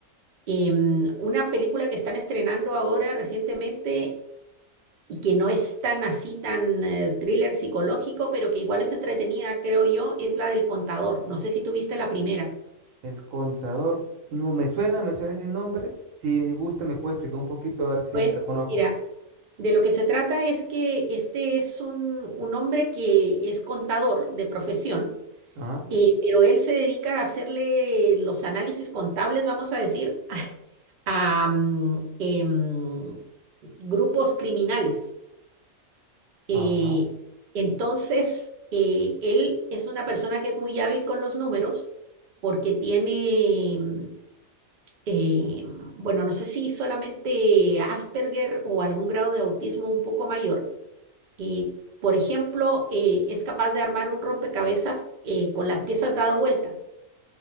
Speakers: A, on the right; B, on the right.
A: Em, una película que están estrenando ahora recientemente y que no es tan así, tan eh, thriller psicológico, pero que igual es entretenida, creo yo, es la del contador. No sé si tuviste la primera.
B: El contador. No, me suena, me suena ese nombre. Si me gusta, me puede explicar un poquito a ver si
A: Bueno,
B: la conozco.
A: mira, de lo que se trata es que este es un, un hombre que es contador de profesión,
B: Ajá,
A: eh, pero él se dedica a hacerle los análisis contables, vamos a decir, <laughs> a, mm, em, grupos criminales. Eh,
B: ajá.
A: entonces, eh, él es una persona que es muy hábil con los números porque tiene, mm, eh, bueno, no sé si solamente Asperger o algún grado de autismo un poco mayor. Eh, por ejemplo, eh, es capaz de armar un rompecabezas eh, con las piezas dado vuelta,